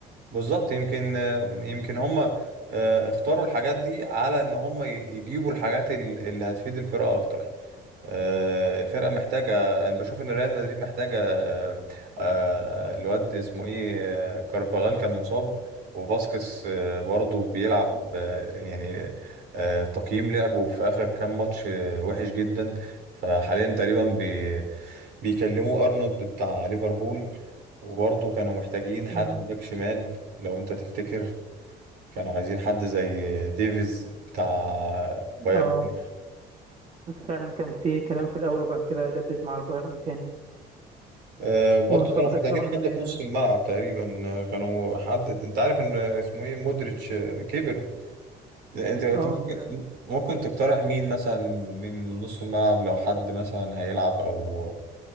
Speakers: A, on the right; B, on the right.
A: بالظبط يمكن يمكن هم آه، اختاروا الحاجات دي على ان هم يجيبوا الحاجات ال- اللي هتفيد الفرقه اكتر آه، الفرقه محتاجه انا بشوف ان ريال مدريد محتاجه آه، آه، الواد اسمه ايه آه، كارفاغال كان مصاب وفاسكس آه، برضه بيلعب آه، يعني آه، تقييم لعبه في اخر كام ماتش آه، وحش جدا فحاليا تقريبا بيكلموا ارنولد بتاع ليفربول وبرضه كانوا محتاجين حد
B: أنا
A: باك شمال لو انت تفتكر كانوا عايزين حد زي ديفيز بتاع بايرن
B: اه
A: ميونخ
B: فعلا كان في كلام في الأول وبعد كده جدد مع البايرن تاني
A: آه برضه
B: وصفقة
A: كانوا محتاجين
B: أرنولد
A: حد
B: هي-
A: في نص الملعب تقريبا آه، كانوا حد انت عارف ان اسمه ايه مودريتش آه، كبر انت انت
B: اه
A: ممكن ممكن تقترح مين مثلا من نص الملعب لو حد مثلا هيلعب او